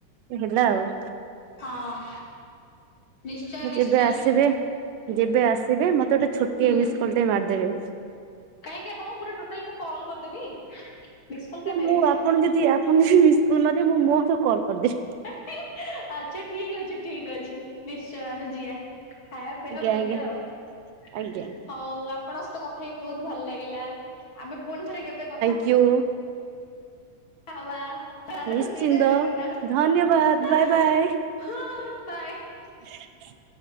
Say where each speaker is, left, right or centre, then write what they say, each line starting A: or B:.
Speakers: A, on the right; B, on the left.
A: ହେଲା ଆଉ।
B: ହଁ। ନିଶ୍ଚୟ
A: ମୁଁ ଯେବେ
B: ନିଶ୍ଚୟ
A: ଆସିବେ
B: ଯିବୁ
A: ଯେବେ ଆସିବେ ମତେ ଗୋଟେ ଛୋଟିଆ
B: ହୁଁ
A: ମିସକଲ ଟେ ମାରିଦେବେ।
B: କାହିଁକି ଆପଣଙ୍କୁ ପୁରା ଟୋଟାଲ ମୁଁ କଲ୍ କରିଦେବି ମିସକଲ୍
A: ନା
B: କାହିଁ ମାରିବି।
A: ମୁଁ ଆପଣ ଯଦି ଆପଣ ଯଦି ମିସକଲ୍ ମାରିଵେ ମୁଁ ମୋ ସହ କଲ କରିଦେଵି <unintelligible>
B: <unintelligible> ଆଛା ଠିକ୍ ଅଛି ଠିକ୍ ଅଛି ନିଶ୍ଚୟ ଆମେ ଯିବା। ଖାଇବା ପିଇବା
A: ଆଜ୍ଞା
B: ବୁଲିବା
A: ଆଜ୍ଞା
B: ଆଉ। ହଉ
A: ଆଜ୍ଞା
B: ଆପଣଙ୍କ ସହିତ କଥା ହେଇକି ବହୁତ୍ ଭଲ ଲାଗିଲା ଆମେ ପୁଣି ଥରେ କେବେ କଥା
A: କିଉ?
B: ହୱା। ରଖୁଛି
A: ନିଶ୍ଚିନ୍ତ
B: ଜୟ ଜଗନ୍ନାଥ
A: ଧନ୍ୟବାଦ ବାଏ ବାଏ।
B: ହଁ ବାଏ <unintelligible>
A: <inaudible>